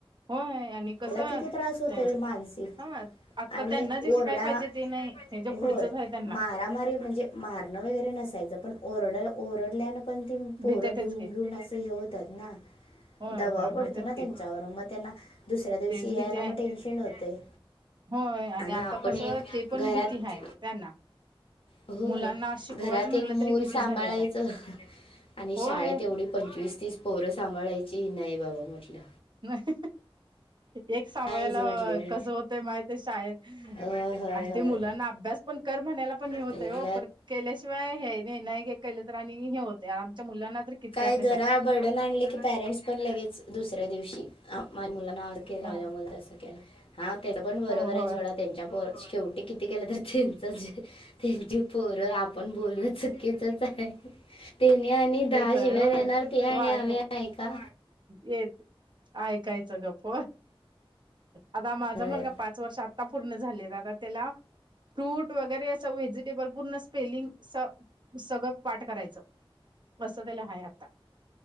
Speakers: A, on the right; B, on the left.
A: होय आणि कसं
B: त्याला किती त्रास होतील
A: त्यांचं
B: मानसिक
A: हा आता
B: आणि
A: त्यांना जे शिकाय
B: ओरडा
A: पाहिजे ते नाही हे जे
B: होय
A: पुढचंच आहे त्यांना
B: मारामारी म्हणजे मारणं वगैरे नसायचं पण ओरड ओरडल्यान पण ती पोरं
A: भीतेतच
B: भिऊून
A: की
B: भिऊन अस हे होतात ना
A: होय
B: दबा
A: होय
B: पडतो
A: होतेच
B: ना
A: की
B: त्यांच्यावर मग त्यांना दुसऱ्या दिवशी
A: तेच
B: यायला
A: भीती आहे
B: मग टेन्शन होतय
A: होय
B: आणि
A: आता
B: आपण
A: कसं
B: एक
A: ते पण
B: घरात
A: भीती आहे त्यांना
B: होय
A: मुलांना शिकवायचं
B: घरात
A: म्हटलं
B: एक मूल
A: तरी भीती
B: सांभाळायचं
A: झाल्या त्या
B: आणि
A: होय
B: शाळेत एवढी पंचवीस तीस पोरं सांभाळायची नाही बाबा म्हटलं.
A: नाही एक सांगयला
B: नाहीच म्हटलं मी
A: कस होतय माहितय शाळेत
B: होय होय
A: आणि
B: होय
A: ते मुलांना अभ्यास पण कर म्हणायला पण हे होतय
B: पेरलं
A: हो पण केल्याशिवाय हे नाही नाही केलं तर आणि हे होत मुलांना तरी किती
B: काय
A: अभ्यास
B: जरा
A: आहे
B: बर्डन आणले की पॅरेंट्स पण लगेच दुसऱ्या दिवशी माझ्या मुलांना त केला
A: हो
B: हा त्या पण बरोबर
A: हो
B: आहे
A: होय
B: सोडा शेवटी किती केलं तर त्यांच त्यांची पोरं आपण बोलणं चुकीचच आहे त्यानी आणि दहा
A: य
B: शिव्या
A: होय
B: देणार ते आणि
A: वाय
B: आम्ही ऐका
A: येत. ऐकायचं गप्, आता माझा
B: अं,
A: मुलगा पाच वर्ष आता पुर्ण झालाय आता तेला फ्रुट वगैरे असं वेजीटेबल पुर्ण स्पेलींग स सगळं पाठ करायचं असं त्याला हाय आता.